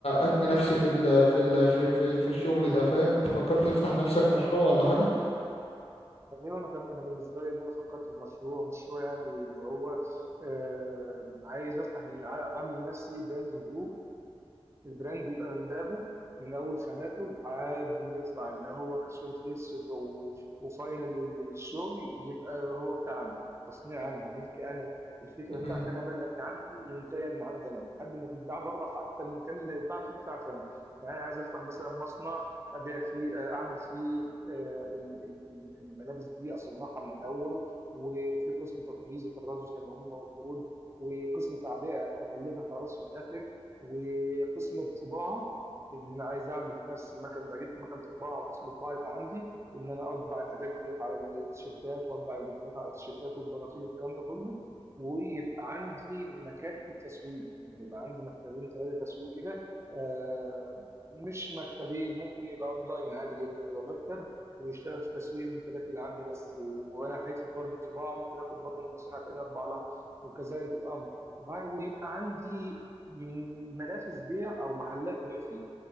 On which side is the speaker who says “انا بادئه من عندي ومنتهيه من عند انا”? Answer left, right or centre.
Right